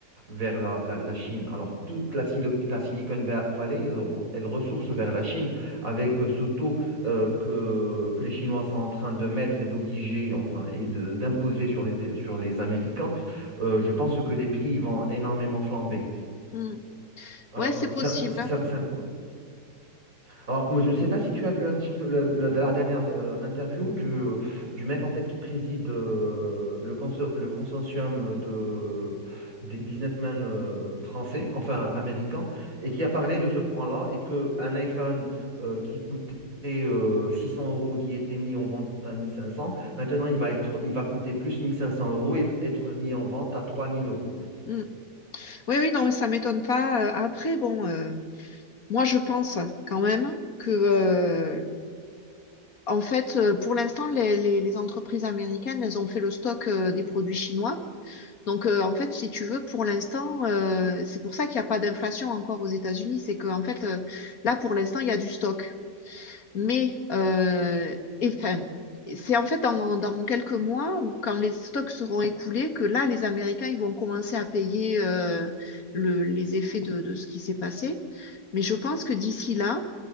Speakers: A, on the right; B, on the left.
A: vers la, la, la Chine. Alors, toute la, silo- la Silicon Va- Valley, elle, re- elle ressource vers la Chine avec euh, ce taux euh, que, que les Chinois sont en train de mettre et d'obliger, enfin, et de- d'imposer sur les, sur les Américains. Euh, je pense que les prix ils vont énormément flamber.
B: hmm.
A: Alors,
B: ouais, c'est possible.
A: ça, ça,
B: hein.
A: ça- alors, moi, je ne sais pas si tu as vu un petit peu le- le- la, dernière euh, interview du, du mec en fait qui préside euh, le, conso- le consortium de, des businessmen euh, français, enfin américains, et qui a parlé de ce point-là et que un iPhone euh, qui coûtait euh, 600 euros, qui était mis en vente à 1500, maintenant il va être, il va coûter plus 1500 euros et être mis en vente à 3000 euros.
B: Hmm. Oui, oui, non, mais ça m'étonne pas. Euh, Après, bon, euh, moi, je pense quand même que euh, En fait, euh, pour l'instant, les, les- les entreprises américaines, elles ont fait le stock euh, des produits chinois. Donc, euh, en fait, si tu veux, pour l'instant, euh, c'est pour ça qu'il n'y a pas d'inflation encore aux États-Unis. C'est que, en fait, euh, là, pour l'instant, il y a du stock. Mais, euh, et, enfin, c'est en fait dans, dans quelques mois, ou quand les stocks seront écoulés, que là, les Américains, ils vont commencer à payer euh, le- les effets de, de ce qui s'est passé. Mais je pense que d'ici là,